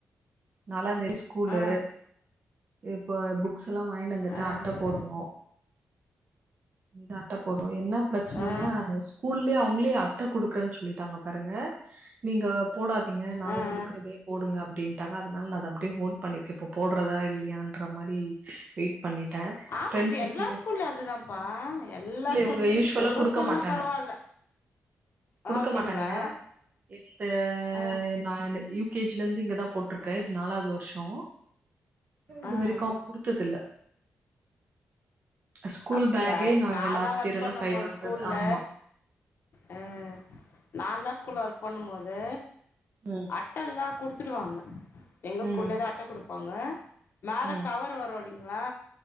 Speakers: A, on the right; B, on the left.
A: நாலாந்தேதி ஸ்கூலு
B: ஆ
A: இப்ப புக்ஸ் லாம் வாங்கிணு வந்துட்டு
B: ஆ ஆ ஆ
A: அட்ட போடணு ந்த அட்ட போடுவு என்ன பிரச்சனன்னா
B: ஆ
A: ஸ்கூல்லே அவங் உள்களேயே அட்ட குடுக்கரேனு சொல்லிட்டாங்க பாருங்க நீங்க போடா ங்க நாங்க
B: ஆ
A: குடுக்றதே
B: ஆ
A: போடுங்க ப்டீன் தராதனால அத அப்டே ஹோல் பண்ணிருக் இப்ப போட்றதா இல்லையான்ற மாரி வெய்ட் பண்ணிட்ட
B: ஆமா
A: ப்ரெண்ட்ஸ்சர்க்குள்மே
B: இப்ப எல்லா ஸ்கூல்ல அதுதான்ப்பா எல்லா
A: இல்ல
B: ஸ்கூல்
A: இவங்க யூஷ்வலா
B: உங்க
A: குடுக்க
B: ஸ்கூல்னா
A: மாட்டாங்க
B: பரவால்ல
A: குடுக்க
B: ஆ அப்டிங்களா
A: மாட்டாங்க இந்த
B: ஆ ஆ
A: நான் யூப் கேஜிலந்து இங்கதா போ ருக்கே இது நாலாது வர்ஷோ இது
B: ஆ
A: வரைக்கு
B: ஆ
A: குடுத்ததில்ல ஸ்கூல்
B: அப்டியா
A: பேக்கே
B: இப்ப
A: நாங்க
B: நாள்ளா
A: லாஸ்ட்
B: வர்க்
A: இயர் எல்லாம்
B: பண்ணு
A: ஃபைவ்
B: போது
A: ஹண்ட்ரட்
B: ஸ்கூல்ல
A: ஆமா.
B: ஆ நான் தான் ஸ்கூல்ல ஒர்க் பண்ணும் போது
A: ம்.
B: அட்டல்லா குடுத்துடுவாங்க எங்க
A: ம்.
B: ஸ்கூல்லதா அட்ட கொடு போங்க மேல
A: ம்.
B: கவர் வரும்வலி ங்ளா